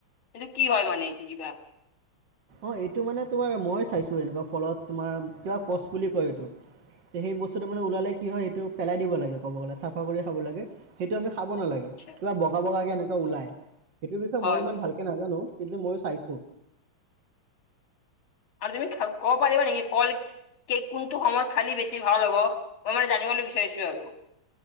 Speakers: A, on the left; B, on the right.
A: এইটো কি হয় মানে এইটো কিবা?
B: অ', এইটো মানে তোমাৰ মই চাইছো এনেকুৱা ফলত তোমাৰ কিবা কচ বুলি কয় এইটো। তে সেই বস্তুটো মানে ওলালে কি হয় সেইটো পেলাই দিব লাগে ক'ব গ'লে চাফা কৰি খাব লাগে। সেইটো আমি খাব নালাগে,
A: আচ্ছা,
B: কিবা বগা বগাকে এনেকুৱা ওলায় সেইটোৰ বিষয়ে
A: হয়
B: মইও ইমান ভাল কে নাজানো কিন্তু মইও চাইছো।
A: আৰু তুমি খ কব পাৰিবা নেকি ফল কে কোনটো সময়ত খালি বেছি ভাল হ'ব অ মই মানে জানিবলৈ বিচাৰিছো আৰু?